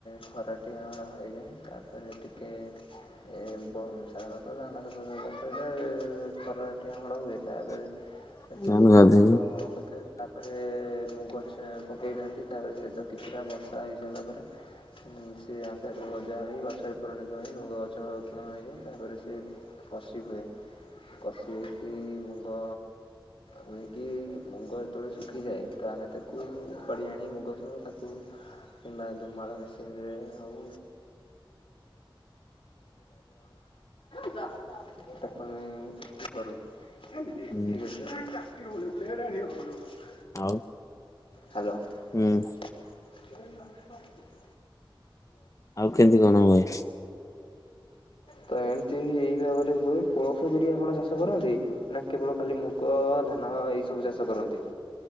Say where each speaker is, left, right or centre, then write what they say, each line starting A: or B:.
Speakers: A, on the left (about 90°); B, on the left (about 35°).
A: ଖରାଟି ଆହୁଳ ହୋଇଯାଏ ତାପରେ ଟିକେ ଏ ବଂ ସାଧାରଣତଃ ଧାନ ଚାଷ କରିବା ଖରା ଟିକେ ହଳ ହୁଏ ତାପରେ
B: <inaudible>
A: ପ୍ରଥମେ
B: ଗାଧେଇବି
A: ଲୋକ ହଳ କରିଦେବେ ତାପରେ ମୁଗଛ ପକେଇ ଦିନ୍ତି ତାପରେ ସେ ତ କିଛିଟା ବର୍ଷା ହେଇ ସାରିଲା ପରେ ସିଏ ଆପେ ଆପେ ଗଜା ହେଇ ଗଛରେ ପରାଣତ ହେଇ ଲ ଗଛ ଉତ୍ମନ ହେଇଯାଏ ତାପରେ ସେ ପସି ହୁଏ। କଷିହେକି ମୁଗ ହୁଇକି ମୁଗ ଯେତେବେଳେ ଶୁଖିଯାଏ। ତ ଆମେ ତାକୁ ଉପାଡ଼ିଆଣି ମୁଗ ସବୁ ତାକୁ କିମ୍ବା ଧୁମାଳ ମେସିନରେ ହେଉ <unintelligible> ତାକୁ ଆମେ ତ କରୁ। <unintelligible>
B: ହୁଁ ଆଉ
A: ହାଲୋ।
B: ହୁଁ।
A: ହ
B: ଆଉ କେମିତି କଣ ହୁଏ।
A: ତ ଏମିତି ଏଇ ଭାବରେ ହୁଏ କୋଳଥ ବିରି ଆପଣ ଚାଷ କରନ୍ତି। ନାଁ କେବଳ ଖାଲି ମୁଗ ଧାନ ଏଇ ସବୁ ଚାଷ କରନ୍ତି।